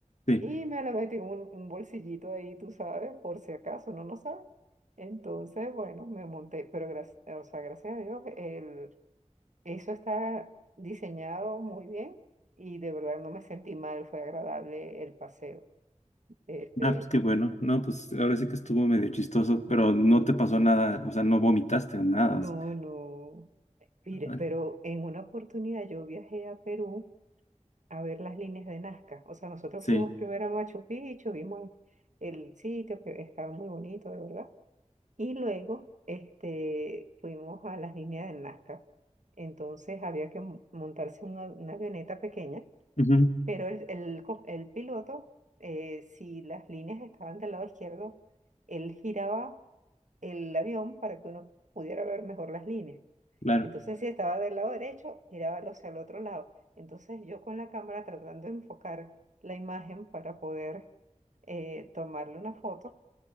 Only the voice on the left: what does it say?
sí.
Ah, pues qué bueno. No, pues ahora sí que estuvo medio chistoso, pero no te pasó nada, o sea, no vomitaste o nada.
o sea,
ah,
sí,
ujú,
claro.